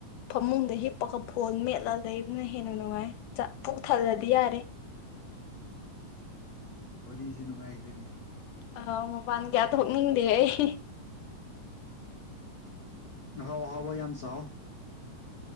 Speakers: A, on the left (about 75°); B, on the left (about 50°).
A: ꯐꯃꯨꯡꯗ ꯍꯤꯞꯄꯒ ꯐꯣꯟ ꯃꯦꯠꯂ ꯂꯩꯕꯅ ꯍꯦꯟꯅ ꯅꯨꯡꯉꯥꯏ ꯄꯨꯛ ꯊꯜꯂꯗꯤ ꯌꯥꯔꯦ
B: ꯋꯥꯔꯤꯁꯦ ꯅꯨꯡꯉꯥꯏꯈ꯭ꯔꯦꯅꯦ
A: ꯑ ꯃꯄꯥꯟ ꯀꯌꯥ ꯊꯣꯛꯅꯤꯡꯗꯦ ꯑꯩ
B: ꯍꯥꯎ ꯍꯥꯎꯕ ꯌꯥꯝꯅ ꯆꯑꯣ